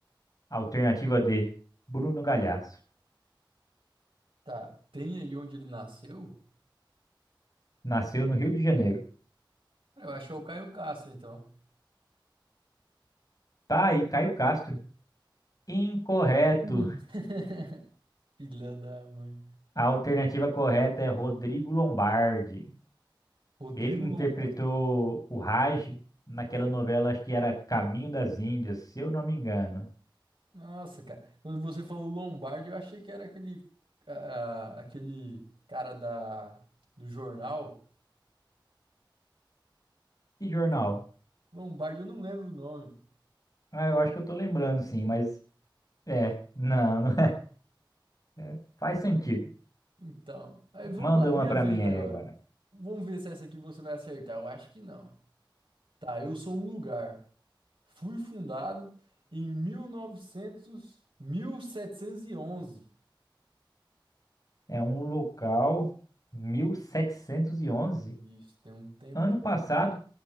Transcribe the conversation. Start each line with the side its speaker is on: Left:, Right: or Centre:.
Left: Alternativa D, Bruno Galhaço.
Right: Tá. Tem aí onde ele nasceu?
Left: Nasceu no Rio de Janeiro.
Right: Eu acho é o Caio Castro, então.
Left: Tá aí, Caio Castro. Incorreto.
Right: Hum. <laughs> Filha da mãe.
Left: A alternativa correta é Rodrigo Lombardi.
Right: Rodrigo
Left: Ele que interpretou
Right: Lombardi.
Left: o Raj naquela novela, acho que era Caminho das Índias, se eu não me engano.
Right: Nossa, cara. Quando você falou Lombardi, eu achei que era aquele, ah, aquele cara da, do jornal.
Left: Que jornal?
Right: Lo- Lombardi, eu não lembro o nome.
Left: Ah, eu acho que eu tô lembrando sim, mas é, não, <laughs> não é. Faz sentido.
Right: Então, aí vamos
Left: Manda
Right: lá,
Left: uma
Right: minha
Left: pra
Right: vez
Left: mim
Right: agora.
Left: aí agora.
Right: Vamos ver se essa aqui você vai acertar. Eu acho que não. Tá, eu sou um lugar. Fui fundado em mil mil novecentos mil setecentos e onze.
Left: É um local 1711
Right: Isso, tem um tempinho
Left: ano passado.
Right: bom.